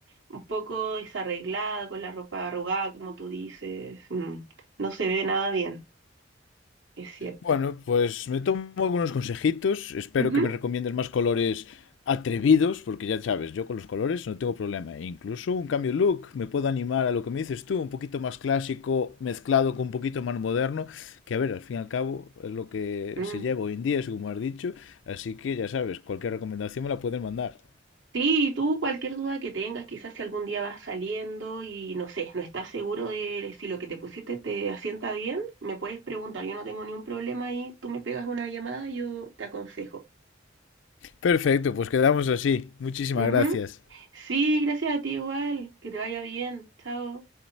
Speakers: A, on the right (about 75°); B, on the left (about 70°).
A: un poco desarreglada, con la ropa arrugada, como tú dices. Mm, No se ve nada bien, es cierto.
B: Bueno, pues me tomo algunos consejitos. Espero
A: Ujú,
B: que me recomiendes más colores atrevidos, porque ya sabes, yo con los colores no tengo problema. E incluso un cambio de look me puedo animar a lo que me dices tú, un poquito más clásico mezclado con un poquito más moderno, que a ver, al fin y al cabo es lo que
A: mm.
B: se lleva hoy en día, es como has dicho. Así que ya sabes, cualquier recomendación me la pueden mandar.
A: Sí, y tú cualquier duda que tengas, quizás si algún día vas saliendo y no sé, no estás seguro de si lo que te pusiste te asienta bien, me puedes preguntar, yo no tengo ningún problema y tú me pegas una llamada y yo te aconsejo.
B: Perfecto, pues quedamos así. Muchísimas
A: Ujú.
B: gracias.
A: Sí, gracias a ti igual, que te vaya bien, chao.